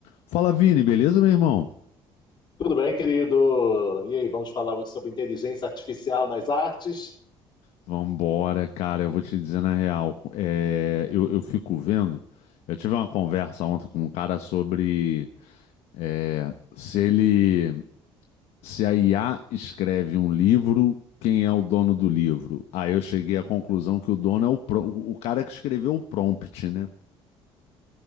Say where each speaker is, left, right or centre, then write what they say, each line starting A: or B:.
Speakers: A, on the left; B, on the left.
A: Fala, Vini, beleza, meu irmão?
B: Tudo bem, querido? E aí, vamos falar hoje sobre inteligência artificial nas artes?
A: Vambora, cara, eu vou te dizer na real. é, eu, eu fico vendo. Eu tive uma conversa ontem com um cara sobre é, se ele, se a IA escreve um livro, quem é o dono do livro? Aí eu cheguei à conclusão que o dono é o, pro- o o cara que escreveu o prompt, né?